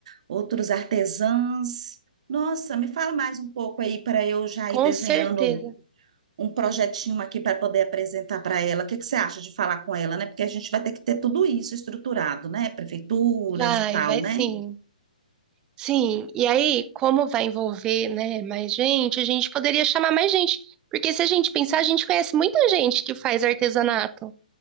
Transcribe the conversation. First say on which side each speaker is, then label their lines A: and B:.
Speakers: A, on the right; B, on the right.
A: outros artesãos. Nossa, me fala mais um pouco aí para eu já ir
B: Com
A: desenhando
B: certeza.
A: um projetinho aqui para poder apresentar para ela. O que que você acha de falar com ela, né? Porque a gente vai ter que ter tudo isso estruturado, né? Prefeituras
B: Vai,
A: e tal,
B: vai
A: né?
B: sim. Sim, e aí, como vai envolver, né, mais gente, a gente poderia chamar mais gente. Porque se a gente pensar, a gente conhece muita gente que faz artesanato.